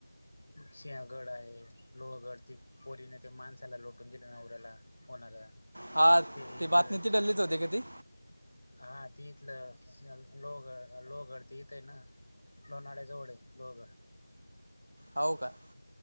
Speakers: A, on the left (about 35°); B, on the right (about 55°).
A: सिंहगड आहे लोहगड पोरीने ते माणसाला लोटून दिलं नवऱ्याला होणाऱ्या
B: हा
A: ते
B: ती
A: इथ
B: बातमी ती तिथलीच होती का ती?
A: हा ते इथलं लोहगड लोहगड ते इथ आहे न. लोणावळ्याजवळ आहे लोहगड.
B: हौ का?